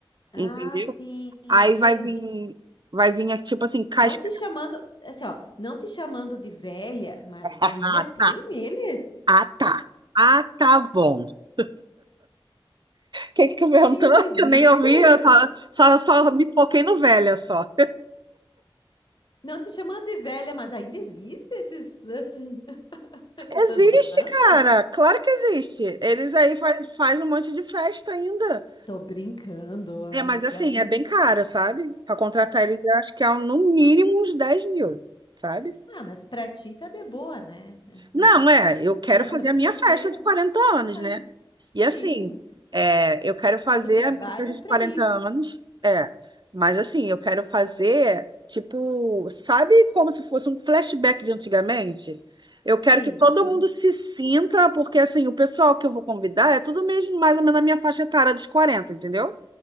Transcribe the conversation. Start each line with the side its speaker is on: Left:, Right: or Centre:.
Left: Ah,
Right: entendeu?
Left: sim, entendi.
Right: Aí vai vir, vai vir, é, tipo assim, casca.
Left: Não te chamando, assim, ó, não te chamando de velha, mas
Right: <laughs>
Left: ainda tem eles?
Right: Ah, tá. Ah, tá bom. O que que tu perguntou?
Left: Ainda
Right: <laughs>
Left: existe?
Right: Que eu nem ouvi, eu só, só, só me foquei no velha só.
Left: Não te chamando de velha, mas ainda existe esses, esses- <laughs> essas
Right: Existe,
Left: bandas?
Right: cara. Claro que existe. Eles aí faz, faz um monte de festa ainda.
Left: Tô brincando, amiga.
Right: É, mas assim, é bem caro, sabe? Para contratar eles, eu acho que é um, no mínimo uns 10 mil, sabe?
Left: Ah, mas pra ti tá de boa, né? <laughs>
Right: Não,
Left: Não-
Right: é, eu quero
Left: não-
Right: fazer
Left: Pra
Right: a minha
Left: ti,
Right: festa
Left: é-
Right: de quarenta anos,
Left: ah,
Right: né?
Left: sim.
Right: E assim, é, eu quero fazer
Left: Tu trabalha
Right: a minha dos
Left: pra
Right: 40
Left: isso.
Right: anos, é, mas assim, eu quero fazer, tipo, sabe como se fosse um flashback de antigamente? Eu
Left: Sim,
Right: quero que todo
Left: aham,
Right: mundo se sinta, porque assim, o pessoal que eu vou convidar é tudo mesmo mais ou menos na minha faixa etária dos quarenta entendeu?